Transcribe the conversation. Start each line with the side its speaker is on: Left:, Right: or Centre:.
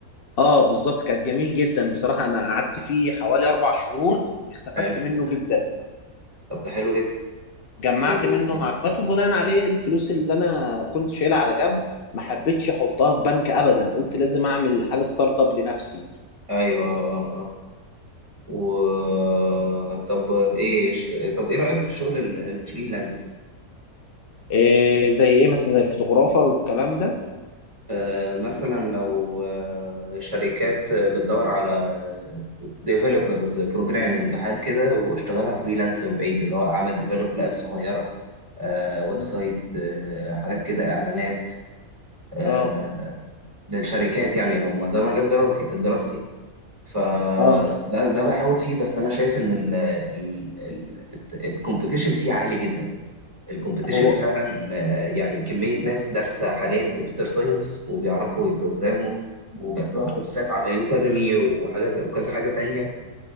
Left: اه بالظبط كانت جميل جدا بصراحة انا قعدت فيه حوالي اربع شهور استفدت
Right: حلو
Left: منه جدا
Right: طب ده حلو جدا
Left: جمعت
Right: و...
Left: منه معلومات وبناء عليه الفلوس اللي انا كنت شايلها على جنب ما حبيتش احطها في بنك ابدا قلت لازم اعمل حاجة ستارت اب لنفسي
Right: ايوه آه، آه. و طب ايه ش- طب ايه رأيك في الشغل ال- الفريلانس
Left: إيه زي ايه مثلا زي الفوتوغرافر والكلام ده
Right: آه، مثلا لو آه، شركات بتدور على ديفلوبرز بروجرامينج حاجات كده واشتغلها فريلانس من بعيد اللي هو اعمل ديفلوب لاب صغيرة آه، ويب
Left: مم.
Right: سايت آه، حاجات كده اعلانات آه،
Left: اه
Right: للشركات يعني لما ده مجال دراسي دراستي فده
Left: اه
Right: ده بحاول فيه بس انا شايف ان ال ال ال الكومبيتيشن فيه عالي جدا الكومبيتيشن
Left: هو
Right: فعلا آه، يعني كمية ناس دارسة حاليا كمبيوتر ساينس وبيعرفوا يبروجراموا وبياخدوها كورسات على يوكاديمي وحاجة زي- وكذا حاجة تانية